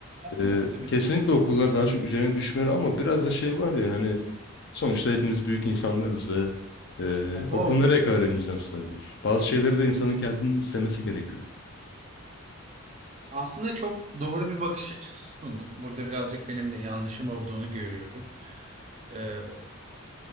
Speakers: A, on the left; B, on the right.
A: Ee,
B: Allah tabii.
A: kesinlikle okullar daha çok üzerine düşmeli ama biraz da şey var ya hani Sonuçta hepimiz büyük insanlarız ve e,
B: Ha, doğru.
A: okul nereye kadar elimizden tutabilir? Bazı şeyleri de insanın kendinin istemesi gerekiyor.
B: Aslında çok doğru bir bakış açısı sundun. Burada birazcık benim de yanlışım olduğunu görüyorum. Ee,